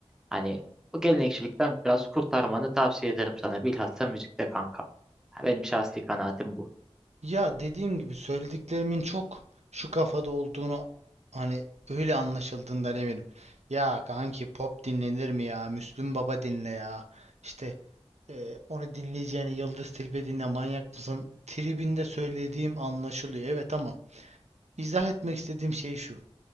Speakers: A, in the centre; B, on the right.
A: hani o gelenekçilikten biraz kurtarmanı tavsiye ederim sana. Bilhassa müzikte kankam. Ha, Benim şahsi kanaatim bu.
B: Ya dediğim gibi söylediklerimin çok şu kafada olduğunu hani öyle anlaşıldığından eminim. Ya kanki pop dinlenir mi ya? Müslüm Baba dinle ya. İşte e, onu dinleyeceğine Yıldız Tilbe dinle manyak mısın? Tribinde söylediğim anlaşılıyor. Evet ama izah etmek istediğim şey şu.